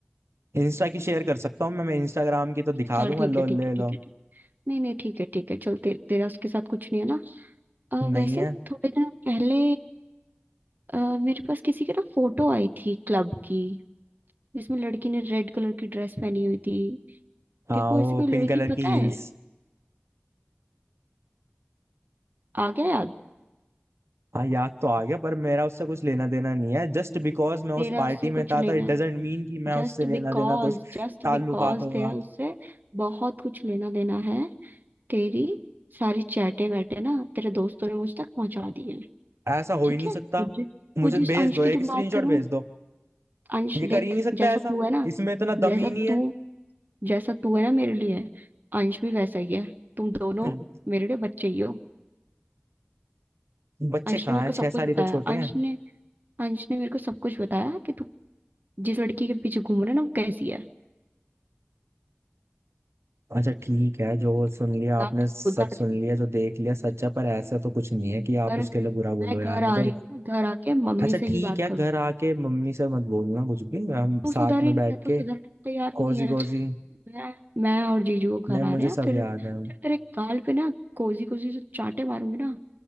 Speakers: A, on the right; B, on the right.
A: इंस्टा की शेयर कर सकता हूँ मैं मैं इंस्टाग्राम की तो दिखा
B: चल
A: दूंगा
B: ठीक
A: लो
B: है ठीक
A: ले
B: है
A: लो
B: ठीक है ठीक नहीं नहीं ठीक है ठीक है चल ते, तेरा उसके साथ कुछ नहीं है ना अ,
A: नहीं
B: वैसे
A: है
B: ना थोड़े दिन पहले अ, मेरे पास किसी की ना फोटो आई थी क्लब की जिसमें लड़की ने रेड कलर की ड्रेस पहनी हुई थी
A: हाँ
B: देखो
A: वो
B: ऐसी कोई लड़की
A: पिंक कलर
B: पता
A: की
B: है
A: हील्स
B: आ गया याद
A: हाँ याद तो आ गया पर मेरा उससे कुछ लेना देना नहीं है जस्ट बिकॉज मैं उस
B: तेरा
A: पार्टी
B: उससे
A: में
B: कुछ
A: था
B: लेना
A: था इट
B: है
A: डजेंट मीन कि मैं
B: जस्ट
A: उससे लेना
B: बिकॉज
A: देना कुछ
B: जस्ट
A: ताल्लुकात
B: बिकॉज
A: होगा
B: तेरा उससे बहुत कुछ लेना देना है तेरी सारी चैटे वैटे ना तेरे दोस्तों ने मुझ तक पहुंचा दी है
A: ऐसा हो
B: ठीक
A: ही नहीं
B: है
A: सकता
B: वो जि-
A: मुझे
B: वो
A: तो
B: जिस
A: भेज
B: अंश
A: दो एक
B: की तू बात
A: स्क्रीनशॉट
B: कर रहा
A: भेज
B: है,
A: दो
B: अंश
A: ये कर
B: देख
A: ही नहीं सकता
B: जैसा
A: ऐसा
B: तू है ना
A: इसमें इतना
B: जैसा
A: दम ही नहीं
B: तू
A: है
B: जैसा तू है ना मेरे लिए अंश भी वैसा ही है तुम दोनों
A: <clears throat>
B: मेरे लिए बच्चे ही हो
A: <laughs> बच्चे
B: अंश
A: कहाँ
B: ने मेरे
A: हैं
B: को सब
A: छह साल
B: कुछ
A: ही
B: बताया
A: तो छोटे
B: अंश
A: हैं
B: ने अंश ने मेरे को सब कुछ बताया कि तू जिस लड़की के पीछे घूम रहे ना वो कैसी है
A: अच्छा ठीक है जो
B: तो
A: सुन लिया
B: या
A: आपने
B: तो
A: सच
B: सुधर
A: सुन लिया जो देख लिया सच है पर ऐसा तो कुछ नहीं है कि आप
B: जा
A: उसके लिए बुरा बोलो
B: मैं घर
A: यार मैं
B: आ
A: तो
B: रही हूँ घर आके मम्मी
A: अच्छा
B: से ही
A: ठीक
B: बात
A: है
B: करूँ
A: घर आके मम्मी से मत बोलना कुछ भी हम
B: तू
A: साथ
B: सुधर
A: में
B: ही नहीं
A: बैठ
B: मैं तो
A: के
B: सुधरने को तैयार
A: कोजी
B: ही नहीं है
A: कोजी
B: मैं मैं और जीजू वो घर
A: नहीं
B: आ
A: मुझे
B: रहे हैं
A: सब
B: फिर
A: याद
B: फिर
A: है
B: तेरे गाल पे ना कोजी कोजी जो चांटे मारूंगी ना